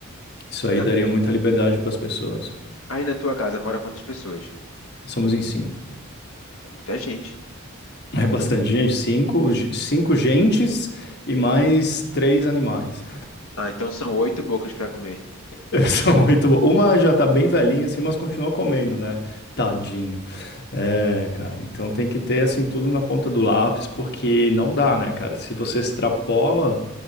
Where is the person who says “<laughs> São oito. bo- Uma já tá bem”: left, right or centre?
Left